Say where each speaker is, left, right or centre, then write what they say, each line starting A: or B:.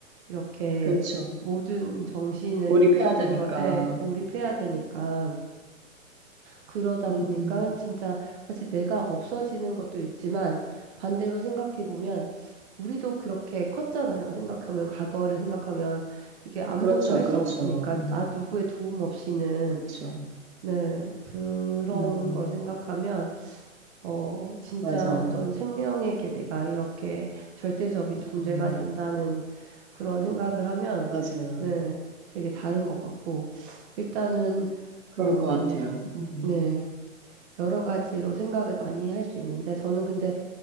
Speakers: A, on the right; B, on the right.
A: 이렇게
B: 그렇죠.
A: 모든 정신을
B: 몰입해야
A: 정말
B: 되니까.
A: 예, 몰입해야 되니까 그러다
B: 음,
A: 보니까
B: 음,
A: 진짜 사실 내가 없어지는 것도 있지만 반대로 생각해 보면 우리도 그렇게 컸잖아요. 생각하면 과거를 생각하면 이게 아무것도
B: 그렇죠.
A: 할
B: 그렇죠.
A: 수 없으니까
B: 음,
A: 나 누구의 도움 없이는
B: 그렇죠.
A: 네, 그런
B: 음,
A: 걸 생각하면 어, 진짜
B: 맞아요.
A: 어떤 생명에게 내가 이렇게 절대적인
B: 음,
A: 존재가 된다는 그런 생각을 하면,
B: 맞아요.
A: 네, 되게 다른 것 같고, 일단은,
B: 그럴
A: 어,
B: 것 같아요. 음.
A: 네, 여러 가지로 생각을 많이 할 수 있는데, 저는 근데,